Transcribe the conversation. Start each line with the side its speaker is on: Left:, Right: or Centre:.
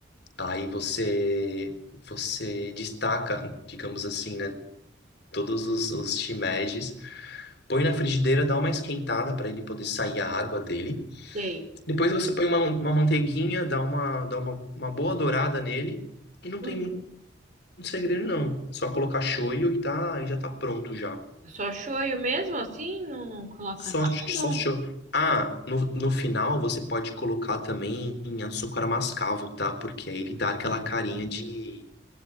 Left: aí você você destaca, digamos assim, né, todos os, os shimejis, põe na frigideira, dá uma esquentada para ele poder sair a água dele.
Right: Sei.
Left: Depois você põe uma, uma manteiguinha, dá uma, dá uma, uma boa dourada nele e não
Right: Uhum.
Left: tem muito segredo não. Só colocar shoyu e tá, e já tá pronto já.
Right: Só shoyu mesmo assim? Não, não coloca
Left: Só
Right: nada?
Left: só shoyu. Ah, no, no final você pode colocar também açúcar mascavo, tá? Porque aí
Right: Hum,
Left: ele dá aquela carinha de,